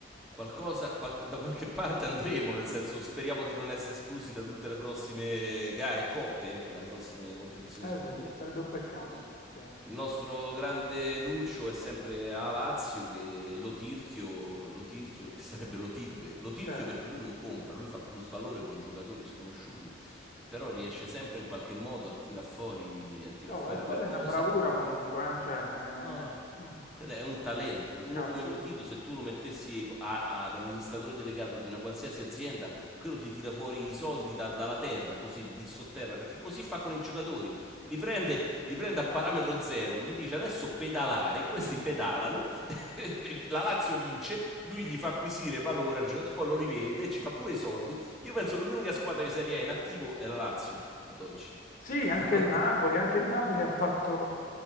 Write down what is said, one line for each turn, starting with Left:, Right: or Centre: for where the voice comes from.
Centre: qualcosa, qual- da qualche parte andremo, nel senso speriamo di non essere esclusi da tutte le prossime gare e coppe, ecco, dalle prossime competizioni
Left: Eh,
Centre: sportive.
Left: sa- sarebbe un peccato,
Centre: Il
Left: sì,
Centre: il nostro grande cruccio è sempre a Lazio che Lotirchio, Lotirchio che sarebbe Lotito, che, Lotirchio
Left: certo.
Centre: perché lui non compra, lui fa plus valore con giocatori sconosciuti, eh, però riesce sempre in qualche modo a tirar fuori, a tirar
Left: Oh,
Centre: fuori
Left: e quella
Centre: qualcosa
Left: è una bravura comunque, eh, Cioè, eh,
Centre: No, no,
Left: mm,
Centre: quello è un talento. Uno
Left: cazzo.
Centre: come Lotito, se tu lo mettessi a- ad amministratore delegato di una qualsiasi azienda, quello ti tira fuori i soldi da- dalla terra, così, di di sotterra, perché così fa con i giocatori. Li prende, li prende a parametro zero, gli dice adesso pedalare, questi
Left: <laughs>
Centre: pedalano, <laughs> e la Lazio vince, lui gli fa acquisire valore al giocatore, poi lo rivende, ci fa pure i soldi. Io penso che l'unica squadra di Serie A in attivo è la Lazio, ad oggi.
Left: Sì,
Centre: Perché
Left: anche
Centre: <laughs> non...
Left: il Napoli, anche il Napoli ha fatto,